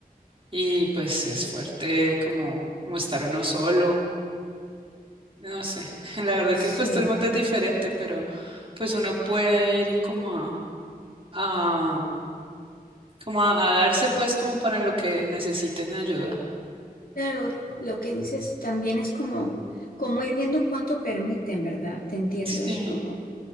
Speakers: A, on the right; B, on the left.
A: Y pues es fuerte como, como estar uno solo, no sé, <laughs> la verdad
B: sí.
A: que pues todo el mundo es diferente, pero pues uno puede ir como a, a como a, a darse pues como para lo que necesiten ayuda.
B: Claro, lo que dices también es como, como ir viendo cuánto permiten, ¿verdad? Te entiendo,
A: Sí,
B: así como,